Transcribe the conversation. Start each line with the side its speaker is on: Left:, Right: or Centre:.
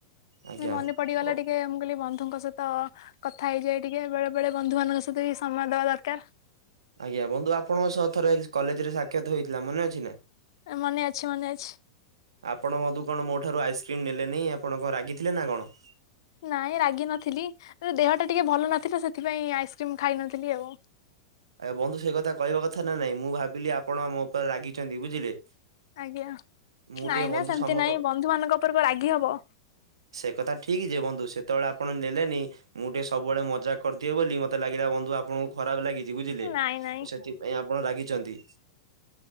Right: ଆଜ୍ଞା
Left: ମନେ ପଡିଗଲା ଟିକେ ମୁଁ କହିଲି ବନ୍ଧୁଙ୍କ ସହିତ କଥା ହେଇଯାଏ ଟିକେ। ବେଳେ ବେଳେ ବନ୍ଧୁ ମାନଙ୍କ ସହିତ ବି ସମୟ ଦବା ଦରକାର।
Right: ଆଜ୍ଞା। ବନ୍ଧୁ ଆପଣଙ୍କ ସହ ଥରେ କଲେଜରେ ସାକ୍ଷାତ ହେଇଥିଲା ମନେ ଅଛି ନା।
Left: ମନେଅଛି ମନେଅଛି।
Right: ଆପଣ ବନ୍ଧୁ କଣ ମୋ ଠାରୁ ଆଇସସ୍କ୍ରିମ୍ ନେଲେନି, ଆପଣଙ୍କ କଣ ରାଗିଥିଲେ ନା କଣ।
Left: ନାଇଁ ରାଗି ନଥିଲି। କିନ୍ତୁ ଦେହଟା ଟିକେ ଭଲ ନଥିଲା ସେଥିପାଇଁ ଆଇସସ୍କ୍ରିମ ଖାଇନଥିଲି ଆଉ।
Right: ଏ ବନ୍ଧୁ ସେ କଥା କହିବା କଥା ନା ନାଇଁ ମୁଁ ଭାବିଲି ଆପଣ ମୋ ଉପରେ ଲାଗିଛନ୍ତି ବୁଝିଲେ।
Left: ଆଜ୍ଞା।
Right: ମୁଁ
Left: ନାଇଁ
Right: ଟିକେ ବନ୍ଧୁ
Left: ନାଇଁ ସେମିତି
Right: ସମତ
Left: ନାଇଁ ବନ୍ଧୁ ମାନଙ୍କ ଉପରେ କଣ ରାଗି ହବ।
Right: ସେ କଥା ଠିକ୍ ଯେ ବନ୍ଧୁ। ସେ ସେତେବେଳେ ଆପଣ ନେଲେନି ମୁଁ ଟିକେ ସବୁବେଳେ ମଜା କରିଥିବଏ ବୋଲି ମତେ ଲାଗିଲା ବନ୍ଧୁ ଆପଣଙ୍କୁ ଖରାପ ଲାଗି ବୁଝିଲେ।
Left: ନାଇଁ ନାଇଁ
Right: ସେଥିପାଇଁ ଆପଣ ରାଗିଛନ୍ତି।